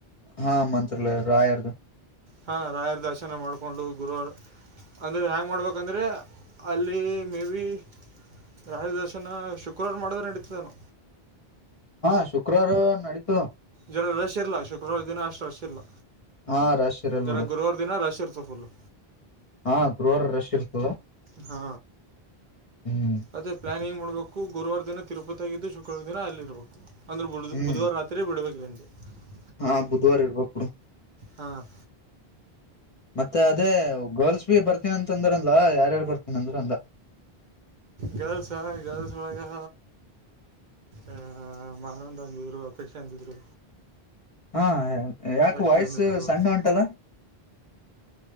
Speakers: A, on the left; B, on the right.
A: ಹಾ ಮಂತ್ರಾಲಯ ರಾಯರ್ದು.
B: ಹಾ ರಾಯರ ದರ್ಶನ ಮಾಡ್ಕೊಂಡು ಗುರುವಾರ ಅಂದ್ರೆ ಹ್ಯಾಂಗ್ ಮಾಡ್ಬೇಕಂದ್ರೆ ಅಲ್ಲಿ ಮೇ ಬಿ ರಾಯರ್ ದರ್ಶನ ಶುಕ್ರವಾರ ಮಾಡ್ದ್ರೆ ನಡೀತೇನು.
A: ಹಾ ಶುಕ್ರವಾರ ನಡೀತದೆ.
B: ಜನರ ರಶ್ ಇರಲ್ಲ ಶುಕ್ರವಾರ ದಿನ ಅಷ್ಟು ರಶ್ ಇರಲ್ಲ.
A: ಹಾ ರಶ್ ಇರಲ್
B: ಜರ
A: ಬಿಡು,
B: ಗುರುವಾರ ದಿನ ರಶ್ ಇರ್ತದೆ ಫುಲ್ಲು
A: ಹಾ ಗರ್ವಾರ ರಶ್ ಇರ್ತದ.
B: ಹಾ
A: ಹ್ಮ್
B: ಅದೆ ಪ್ಲಾನಿಂಗ್ ನೋಡ್ಬೇಕು ಗುರುವಾರ ದಿನ ತಿರುಪತಿಯಾಗಿದ್ದು ಶುಕ್ರವಾರ ದಿನ ಅಲ್ಲಿರ್ಬೇಕು ಅಂದ್ರೆ
A: ಹ್ಮ್
B: ಬುಧವಾರ ರಾತ್ರಿ ಬಿಡಬೇಕು ಇಲ್ಲಿಂದ. <unintelligible>
A: ಹಾ ಬುಧವಾರ ಇರ್ಬೇಕ್ ಬಿಡು.
B: ಹಾಂ
A: ಮತ್ತೆ ಅದೇ ಗರ್ಲ್ಸ್ ಬಿ ಬರ್ತೀನಂತ ಅಂದ್ರಲ್ಲ ಯಾರ್ಯಾರ್ ಬರ್ತನಿ ಅಂದ್ರ ಅಂತ ಅಂದ.
B: ಗರ್ಲ್ಸಾ ಹ ಗರ್ಲ್ಸ್ ಮಗಾ ಆಹ ಮಾನಂದ ಅಂದಿದ್ರು ಅಪೇಕ್ಷಾ ಅಂದಿದ್ರು.
A: ಹಾ ಯಾಕ
B: ಲಕ್ಷ್ಮಿ
A: ವಾಯ್ಸು
B: ಅಂದಿದ್ರು
A: ಸಣ್ಣ ಒಂಟದ?